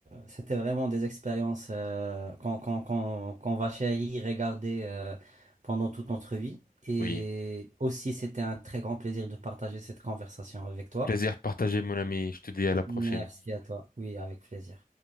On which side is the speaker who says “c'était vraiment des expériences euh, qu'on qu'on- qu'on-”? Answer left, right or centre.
Right